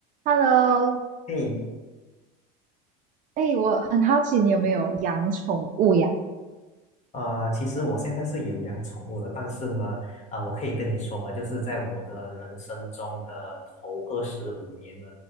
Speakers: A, on the right; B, on the left.
A: Hello，
B: 嘿，
A: 哎、我很好奇你有没有养宠物呀？
B: 呃，其实我现在是有养宠物的，但是呢，啊、我可以跟你说吧，就是在我的人生中的头二十五年呢，